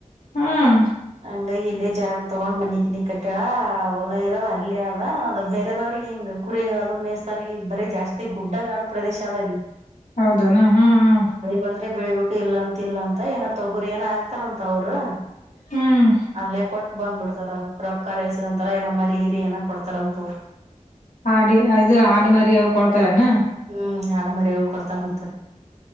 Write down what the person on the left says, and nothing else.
ಹ್ಮ್
ಹೌದನಾ ಹಾ ಹಾ
ಹ್ಮ್
ಆಾಡಿ ಇದು ಆಡು ಮರಿ ಯಾವ ಕೊಡ್ತಾರನಾ